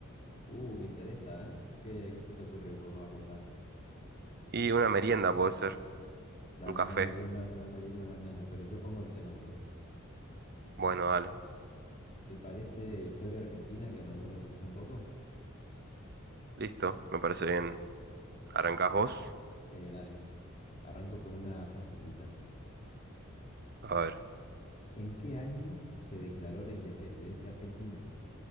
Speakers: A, on the left (about 30°); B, on the right (about 45°).
A: Uh, me interesa, ¿eh? ¿Qué, qué se te ocurre que podemos apostar?
B: Y una merienda puede ser,
A: Dale,
B: un café.
A: una merienda, una merienda mañana, pero yo pongo el tema entonces.
B: Bueno, dale,
A: ¿Te parece historia argentina que a los dos nos gusta un poco?
B: listo, me parece bien. ¿Arrancás vos?
A: Eh, dale, arranco con una facilita.
B: A ver,
A: ¿En qué año se declaró la independencia argentina?